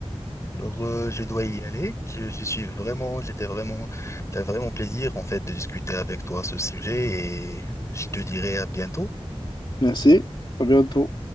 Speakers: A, on the left; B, on the left.
A: Alors, euh, je dois y aller. Je, je suis vraiment, j'étais vraiment, t'as vraiment plaisir, en fait, de discuter avec toi ce sujet et je te dirai à bientôt.
B: merci, à bientôt.